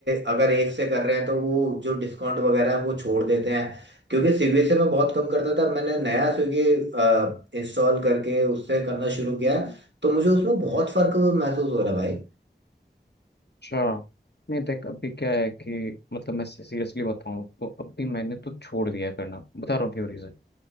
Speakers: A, on the right (about 80°); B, on the left (about 65°).
A: अगर एक से कर रहे हैं तो वो जो डिस्काउंट वगैरह है वो छोड़ देते हैं क्योंकि स्विगी से मैं बहुत कम करता था मैंने नया स्विगी इंस्टॉल करके उससे करना शुरू किया तो मुझे उसमें बहुत फर्क महसूस हो रहा है भाई
B: अच्छा नहीं देख अभी क्या है कि मतलब मैं सीरियसली बताऊं तो अभी मैंने तो छोड़ दिया है करना बता रहा हूँ क्यों रीज़न